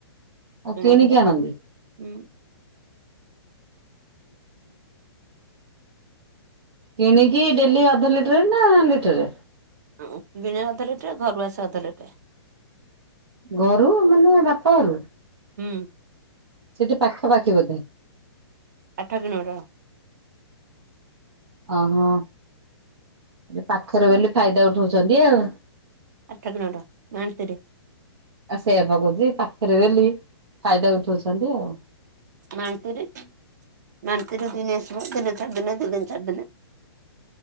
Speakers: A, on the right; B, on the right.
A: ଆ
B: କିଣା
A: କିନିକି
B: କ୍ଷୀର
A: ଆଣନ୍ତି।
B: ହୁଁ
A: କିଣିକି ଡେଲି ଅଧ ଲିଟରେ ନା ଲିଟରେ?
B: ଓ ବିଣେ ଅଧ ଲିଟରେ ଘରୁ ଆସେ ଅଧ ଲିଟରେ।
A: ଘରୁ ମାନେ ବାପା ଘରୁ?
B: ହୁଁ।
A: ସେଠି ପାଖାପାଖି ବୋଧେ?
B: ଆଠ କିଲୋମିଟର।
A: ଓହୋ, ଏ ପାଖରେ ବୋଲି ଫାଇଦା ଉଠଉଛନ୍ତି ଆଉ।
B: ଆଠ କିଲୋମିଟର ମାଣିତିରେ।
A: ଆ ସେଇୟା ପା କହୁଛି ପାଖରେ ବୋଲି ଫାଇଦା ଉଠଉଛନ୍ତି ଆଉ।
B: ମାନ୍ତିରି ମାନ୍ତିରୀ ଦିନେ ଆସିବ ଦିନ ଛାଡ଼ି ଦିନେ ଦି ଦିନ ଛାଡି ଦିନେ।